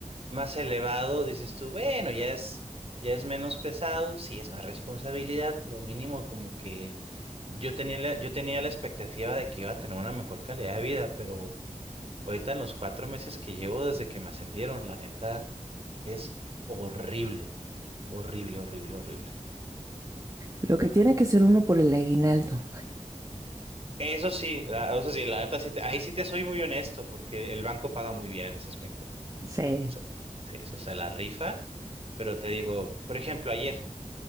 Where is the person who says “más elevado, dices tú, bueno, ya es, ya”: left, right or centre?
Right